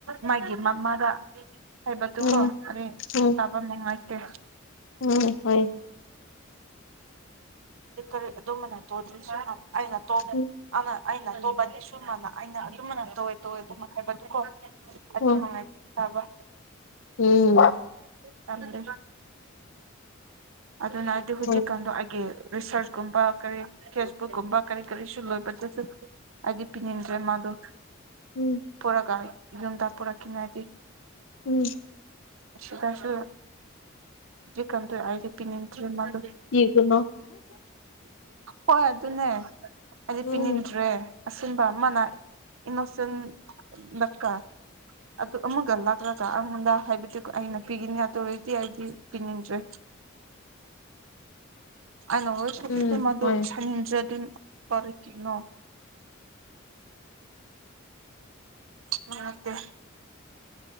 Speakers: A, on the right; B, on the left.
A: ꯃꯥꯒꯤ ꯃꯃꯥꯗ ꯍꯥꯏꯕꯗꯨꯀꯣ
B: ꯎꯝ
A: ꯀꯔꯤ
B: ꯎꯝ
A: ꯇꯞ ꯄ ꯅꯨꯡꯉꯥꯏꯇꯦ
B: ꯎꯝ ꯍꯣꯏ
A: ꯂꯤ ꯀꯔꯤ ꯑꯗꯨꯝꯕꯅꯦ ꯇꯣꯗ꯭ꯔꯤꯖꯨ ꯌꯥꯕ ꯑꯩꯅ ꯇꯣꯛꯑꯒꯦ
B: ꯎꯝ
A: ꯑꯃ ꯑꯩꯅ ꯇꯧꯕ ꯁꯨꯃꯥꯏꯅ ꯑꯩꯅ ꯑꯗꯨꯃꯥꯅ ꯇꯧꯋꯦ ꯇꯧꯋꯦ ꯑꯗꯨꯝ ꯍꯥꯏꯕꯗꯨꯀꯣ ꯑꯗꯨꯃꯉꯥꯏ
B: ꯎꯝ
A: ꯇꯥꯕ
B: ꯎꯝ
A: ꯑꯦ ꯇꯝꯗꯦ ꯑꯗꯨꯅ ꯑꯩꯗꯤ ꯍꯧꯖꯤꯛꯀꯥꯟꯗꯣ
B: ꯍꯣꯏ
A: ꯑꯩꯒꯤ ꯔꯤꯁꯔꯁ ꯀꯨꯝꯕ ꯀꯔꯤ ꯐꯦꯁꯕꯨꯛꯀꯨꯝꯕ ꯀꯔꯤ ꯀꯔꯤꯁꯨ ꯂꯣꯏꯕ ꯆꯠ ꯆꯠ ꯑꯩꯗꯤ ꯄꯤꯅꯤꯡꯗ꯭ꯔꯦ ꯃꯥꯗꯨ
B: ꯎꯝ
A: ꯄꯨꯔꯒ ꯌꯨꯝꯗ ꯄꯨꯔꯛꯀꯤꯅꯣ ꯍꯥꯏꯗꯤ
B: ꯎꯝ
A: ꯁꯤꯗꯁꯨ ꯍꯨꯖꯤꯛꯀꯥꯟꯗꯣ ꯑꯩꯗꯤ ꯄꯤꯅꯤꯡꯇ꯭ꯔꯤ ꯃꯥꯗꯨ
B: ꯌꯦꯒꯅꯣ
A: ꯍꯣꯏ ꯑꯗꯨꯅꯦ ꯑꯩꯗꯤ
B: ꯎꯝ
A: ꯄꯤꯅꯤꯡꯗ꯭ꯔꯦ ꯑꯁꯤꯟꯕ ꯃꯥꯅ ꯏꯅꯣꯁꯤꯟ ꯗꯀꯥ ꯑꯗꯨ ꯑꯃꯨꯒ ꯂꯥꯛꯂꯒ ꯑꯩꯉꯣꯟꯗ ꯍꯥꯏꯕꯗꯤꯀꯣ ꯑꯩꯅ ꯄꯤꯈꯤꯅꯤ ꯑꯗꯨ ꯑꯣꯏꯔꯗꯤ ꯑꯩꯗꯤ ꯄꯤꯅꯤꯡꯗ꯭ꯔꯦ ꯑꯩꯅ ꯍꯣꯏ <unintelligible>
B: ꯎꯝ ꯍꯣꯏ
A: ꯑꯗꯨꯅ ꯀꯧꯔꯤ ꯀꯅꯣ <inaudible>